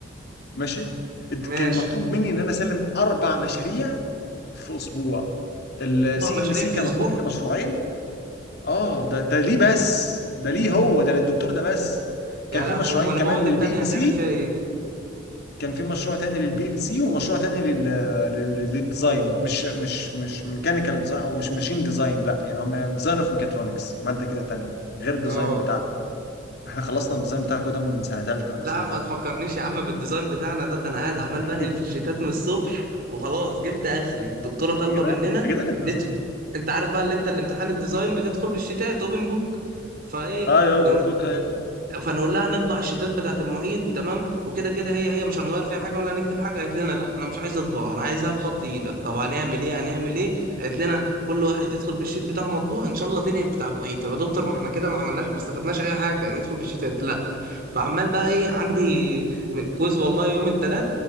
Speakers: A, on the left; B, on the right.
A: ماشي اد- كان
B: ماشي
A: مطلوب مني ان انا اسلم اربع مشاريع في اسبوع السي
B: اربع مشاريع
A: ان سي
B: في
A: كان
B: اسبوع
A: مطلوب مني مشروعين اه ده ده ليه بس ده ليه هو ده للدكتور ده بس كان
B: يا
A: في
B: لهوي
A: مشروعين
B: امال
A: كمان
B: المواد
A: للبي
B: التانيه
A: ال
B: هتعمل
A: سي
B: فيها ايه
A: كان في مشروع تاني للبي ال سي ومشروع تاني لل لل- للديزاين مش مش مش ميكانيكال ديزاين او مش ماشين ديزاين لا يعني هم ديزاين اوف ميكاترونكس ماده كده تانية غير الديزاين
B: اه
A: بتاعكم احنا خلصنا الديزاين بتاعكم ده من سنه ثالثه ولا
B: لا
A: سنه
B: ما
A: ثانيه
B: تفكرنيش يا عم بالديزاين بتاعنا ده ده انا قاعد عمال
A: <laughs>
B: بنقل في الشتات من الصبح وخلاص جبت اخري الدكتوره طالبه
A: يا جدعان
B: مننا
A: يا جدعان الديزاين
B: نت... انت عارف بقى اللي انت الامتحان الديزاين بتدخل بالشتات اوبن بوك فايه
A: اه يا اوبن
B: نقول
A: بوك ايه
B: فنقول لها نطبع الشيتات بتاعت المعيد تمام وكده كده هي هي مش هنغير فيها حاجه ولا هنكتب حاجه قالت لنا لا انا مش عايز اطبع انا عايزها بخط ايدك طب هنعمل ايه هنعمل ايه قالت لنا كل واحد يدخل بالشيت بتاعه مطبوع ان شاء الله تنقل بتاع المعيد طب يا دكتور ما احنا كده ما عملناش ما استفدناش اي حاجه ندخل بالشيتات لا فعمال بقى ايه عندي م- كويز والله يوم الثلاث